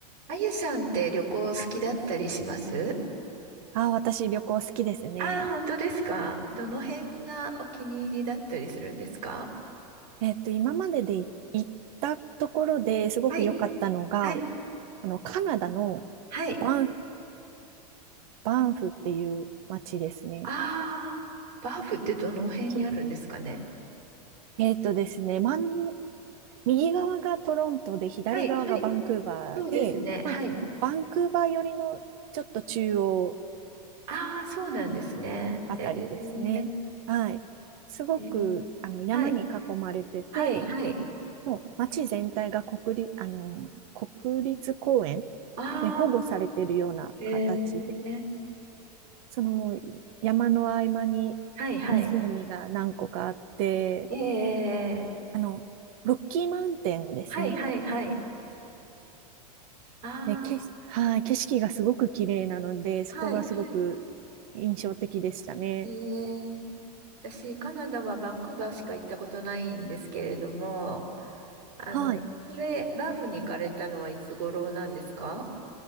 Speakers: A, on the right (about 75°); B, on the right (about 55°).
A: あゆさんって旅行好きだったりします
B: ああ、私旅行好きですね。
A: ああー、本当ですかどの辺がお気に入りだったりするんですか
B: えっと、今まででい行ったところですごく良かったのが、
A: はい、はい、
B: あの、カナダの
A: はい、
B: バンフ、バンフっていう街ですね。
A: ああー、バーフってどの辺にあるんですかね
B: きえっとですね、真ん、右側がトロントで、左側がバンクーバーで、
A: はい、はい、そうですね。
B: まあ、
A: はい。
B: バンクーバー寄りのちょっと中央
A: ああ、そうなんですね。
B: あたりですね。
A: えー、
B: はい。すごく、
A: えー
B: あの、山に囲まれてて、
A: はい、はい、はい。
B: もう街全体が国立、あの、国立公園
A: ああ、
B: で保護されているような形で、
A: えー、
B: その山の合間に湖が何個かあって、
A: はい、はい。ええ
B: あの、ロッキーマウンテンですね。
A: はい、はい、はい。ああ、
B: で、けし、はい、景色がすごく綺麗なので、
A: はい、
B: そこがすごく
A: はい。
B: 印象的でしたね。
A: ええ私、カナダはバンクーバーしか行ったことないんですけれども、あの、
B: はい。
A: それ、バーフに行かれたのはいつ頃なんですか